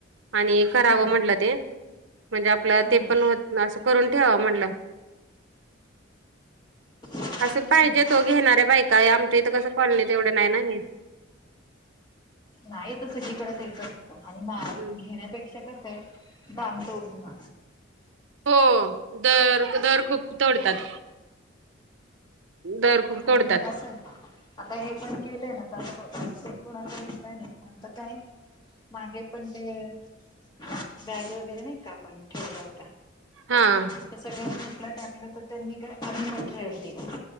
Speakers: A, on the right (about 70°); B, on the left (about 20°).
A: आणि करावं
B: हम्म
A: म्हटलं ते म्हणजे आपलं
B: हम्म
A: ते पण होत असं करून ठेवावं म्हणलं.
B: चालतय
A: असं पाहिजे
B: ना
A: तो घेणार आहे बाय काय आमच्या इथं कसं कॉलनी तेवढे नाही ना हे
B: नाही आता सगळीकडं तेच असतं आणि मा
A: हम्म.
B: घेण्यापेक्षा कसं आहे बाम तोडून ना
A: हो दर दर खूप तोडतात दर खूप तोडतात
B: आणि असं आता हे पण केलंय ना ते आता तरी कोणाचा रिप्लाय नंतर काय मागे पण ते बॅग वगैरे नाही का आपण ठेवल्या होत्या.
A: हां.
B: ते सगळं खोकला टाकलं तर त्यांनी काय आम्ही मटेरियल दिलं.